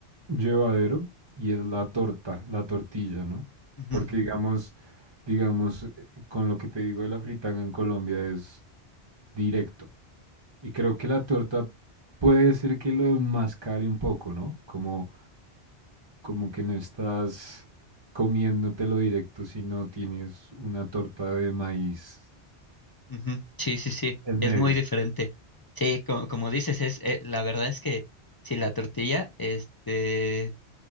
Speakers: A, on the right (about 30°); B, on the left (about 35°).
A: llevadero y es la torta, la tortilla, ¿no?
B: Ujú.
A: Porque digamos, digamos, eh, con lo que te digo de la fritanga en Colombia es directo. Y creo que la torta puede ser que lo enmascare un poco, ¿no? Como, como que no estás comiéndotelo directo, sino tienes una torta de maíz
B: Ujú. Sí, sí, sí,
A: En
B: es
A: medio.
B: muy diferente. Sí, co- como, dices, es eh, la verdad es que si la tortilla este